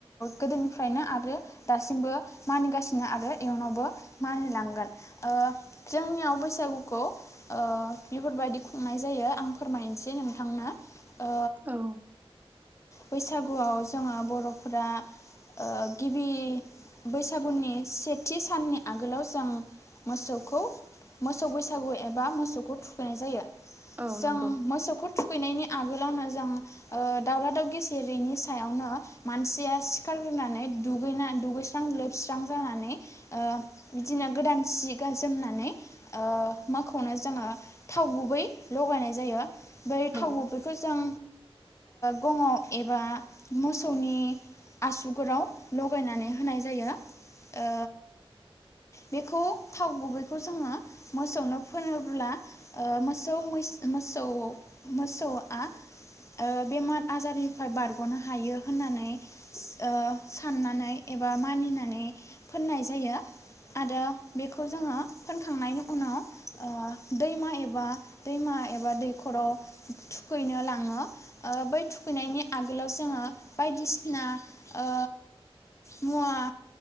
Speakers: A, on the left; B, on the right.
A: गोदोनिफ्रायनो आरो दासिमबो मानिगासिनो आरो इयुनावबो मानिलांगोन ओ जोंनियाव बैसागुखौ ओ बेफोरबायदि खुंनाय जायो आं फोरमायनोसै नोंथांनो ओ
B: औ
A: बैसागुआव जोङो बर'फोरा ओ गिबि बैसागुनि सेथि साननि आगोलाव जों मोसौखौ मोसौ बैसागु एब बा मोसौखौ थुखैनाय जायो
B: औ
A: जों
B: नंगौ
A: मोसौखौ थुखैनायनि आगोलावनो जों ओ दावरा दाव गेसेेरैनि सायावनो मानसिया सिखारग्रोनानै दुगैना दुगैस्रां लोबस्रां जानानै ओ बिदिनो गोदान सि गा जोमनानै ओ मोख खौनो जोङो थाव गुबै लगायनाय जायो। बै थाव
B: औ
A: गुबैखौ
B: नंगौ
A: जों गङाव एबा मोसौनि आसुगुराव लगायनानै होनाय जायो ओ बेखौ थाव गुबैखौ जोङो मोसौनो फोनोब्ला ओ मोसौ म मोसौ मोसौआ ओ बेमार आजारनिफ्राय बारगनो हायो होननानै ओ साननानै एबा मानिनानै फोननाय जायो। आरो बेखौ जोङो फोनखांनायनि उनाव ओ दैमा एबा दैमा एबा दैखराव थुखैनो लाङो बै थुखैनायनि आगोलाव जोङो बायदिसिना ओ मुवा